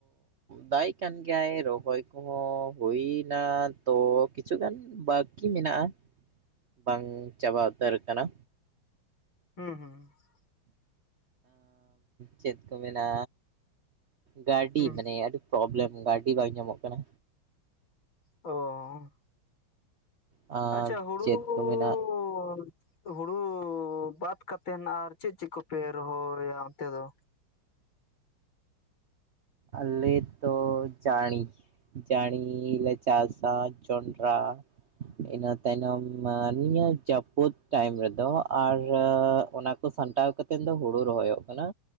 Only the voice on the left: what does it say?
<unintelligible>
ᱦᱩᱸ
ᱚᱻ ᱚᱻ᱾
ᱟᱪᱪᱷᱟ ᱦᱩᱲᱩ
<unintelligible>
ᱦᱩᱲᱩ ᱵᱟᱫ ᱠᱟᱛᱮᱱ ᱟᱨ ᱪᱮᱫ ᱪᱮᱫ ᱠᱚᱯᱮ ᱨᱚᱦᱚᱭᱟ ᱚᱱᱛᱮ ᱫᱚ?